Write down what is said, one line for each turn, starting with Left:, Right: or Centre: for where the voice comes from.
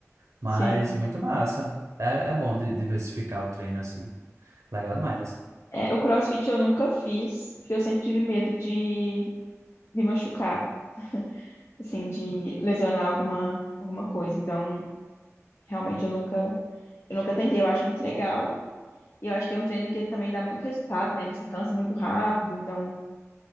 Right: mas
Left: sim.
Right: muito massa. É, é bom di- diversificar o treino assim. Legal demais.
Left: É, o CrossFit eu nunca fiz, porque eu sempre tive medo de me machucar, assim, de lesionar alguma, alguma coisa. Então, realmente eu nunca, eu nunca tentei. Eu acho muito legal. E eu acho que é um treino que também dá muito resultado, né? Você cansa muito rápido, então